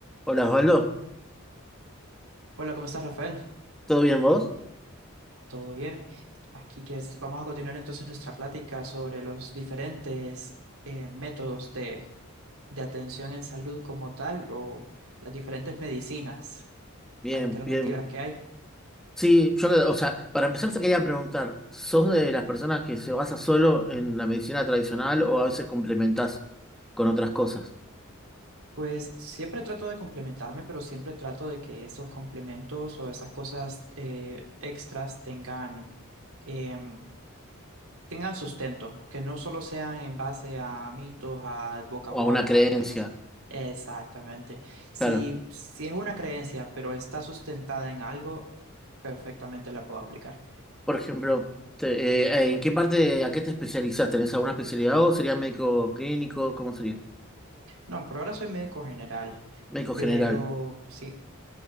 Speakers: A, in the centre; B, on the right.
A: Hola Osvaldo,
B: Hola, ¿cómo estás, Rafael?
A: ¿todo bien vos?
B: ¿Todo bien? Aquí que es- vamos a continuar entonces nuestra plática sobre los diferentes eh, métodos de, de atención en salud como tal o las diferentes medicinas
A: Bien,
B: alternativas
A: bien.
B: que hay.
A: Sí, yo, o sea, para empezar te quería preguntar, ¿sos de las personas que se basa solo en la medicina tradicional o a veces complementás con otras cosas?
B: Pues siempre trato de complementarme, pero siempre trato de que esos complementos o esas cosas eh, extras tengan, em, tengan sustento, que no solo sean en base a mitos, a boca
A: O
B: a boca,
A: a una creencia,
B: que no sé. Exactamente. Si,
A: claro.
B: si es una creencia, pero está sustentada en algo, perfectamente la puedo aplicar.
A: Por ejemplo, te- eh, eh, ¿en qué parte, a qué te especializás? ¿Tenés alguna especialidad o sería médico clínico? ¿Cómo sería?
B: No, por ahora soy médico general,
A: Médico
B: pero
A: general.
B: sí,